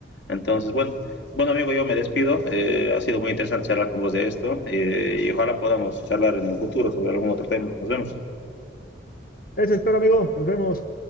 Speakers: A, on the left (about 80°); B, on the left (about 50°).
A: Entonces, bueno, bueno, amigo, yo me despido. Eh, ha sido muy interesante charlar con vos de esto eh, y ojalá podamos charlar en el futuro sobre algún otro tema. Nos vemos.
B: Eso espero, amigo. Nos vemos.